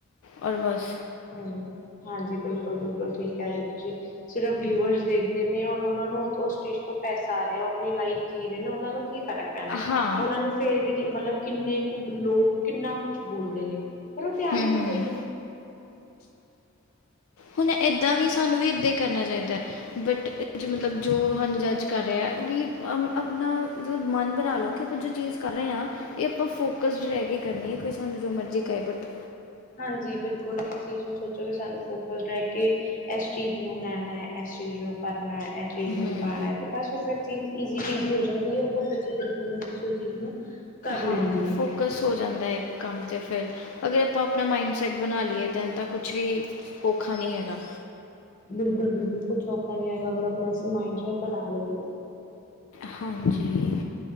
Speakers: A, on the left; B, on the left.
A: ਔਰ ਬਸ।
B: ਹਾਂ ਹਾਂਜੀ। ਬਿਲਕੁਲ ਬਿਲਕੁਲ ਠੀਕ ਕਹਿ ਰਹੋ ਤੁਸੀਂ। ਸਿਰਫ ਵਿਊਵਰਸ ਦੇਖਦੇ ਨੇ ਔਰ ਉਹਨਾਂ ਨੂੰ ਉਹ ਸਟੇਜ ਤੋਂ ਪੈਸਾ ਰਿਹਾ। ਉਹ ਆਪਣੀ ਲਾਈਫ ਜੀ ਰਹੇ ਨੇ ਉਹਨਾਂ ਨੂੰ ਕੀ ਫਰਕ ਪੈਣਾ।
A: ਹਾਂ
B: ਉਹਨਾਂ ਨੂੰ ਫਿਰ ਵੀ ਮਤਲਬ ਕਿੰਨੇ ਕੁ ਲੋਕ ਕਿੰਨਾ ਕੁਛ ਬੋਲਦੇ ਨੇ। ਪਰ ਉਹ ਧਿਆਨ
A: ਹੂੰ
B: ਹੀ ਨਹੀਂ
A: ਹੂੰ
B: ਦਿੰਦੇ।
A: ਹੁਣ ਇੱਦਾਂ ਵੀ ਸਾਨੂੰ ਵੀ ਇੱਦਾਂ ਹੀ ਕਰਨਾ ਚਾਹੀਦਾ। ਬਟ ਮਤਲਬ ਜੋ ਸਾਨੂੰ ਜੱਜ ਕਰ ਰਿਹਾ ਵੀ ਆਪਣਾ ਮਤਲਬ ਮਨ ਬਣਾ ਲਓ। ਕਿ ਆਪਾਂ ਜੋ ਚੀਜ਼ ਕਰ ਰਹੇ ਹਾਂ ਇਹ ਆਪਾਂ ਫੋਕਸਡ ਰਹਿ ਕੇ ਕਰਨੀ ਹੈ ਕੋਈ ਸਾਨੂੰ ਜੋ ਮਰਜ਼ੀ ਕਹੇ ਬਟ।
B: ਹਾਂਜੀ, ਬਿਲਕੁਲ ਇਹ ਚੀਜ਼ ਨੂੰ ਸੋਚੋ ਕਿ ਸਾਨੂੰ ਫੋਕਸਡ ਰਹਿ ਕੇ ਇਸ ਚੀਜ਼ ਨੂੰ ਲੈਣਾ ਇਸ ਚੀਜ਼ ਨੂੰ ਕਰਨਾ ਇਸ ਚੀਜ਼ ਨੂੰ
A: ਹੂੰ
B: ਦਿਵਾਣਾ। ਤੇ ਬਸ ਉਹ ਫਿਰ ਚੀਜ਼ ਈਜ਼ੀ ਬੀਜੀ ਹੋ ਜਾਂਦੀ ਏ ਬਹੁਤ ਅੱਛੇ ਤਰੀਕੇ ਨਾਲ ਤੁਸੀਂ ਉਹ ਚੀਜ਼ ਨੂੰ। ਕਰ ਲੈਂਦੇ
A: ਹਾਂ,
B: ਹੋ
A: ਫੋਕਸ ਹੋ ਜਾਂਦਾ ਇੱਕ ਕੰਮ ਤੇ ਫਿਰ ਅਗਰ ਆਪਾਂ ਆਪਣਾ ਮਾਈੰਡਸੈਟ ਬਣਾ ਲਈਏ ਦੈਨ ਤਾਂ ਕੁਛ ਵੀ ਔਖਾ ਨਹੀਂ ਹੈਗਾ।
B: ਬਿਲਕੁਲ ਬਿਲਕੁਲ। ਕੁਛ ਔਖਾ ਨਹੀਂ ਹੈਗਾ ਅਗਰ ਆਪਣਾ ਅਸੀਂ ਮਾਈਂਡ ਸੈਟ ਬਣਾ ਲਈਏ ਤਾਂ।
A: ਹਾਂਜੀ।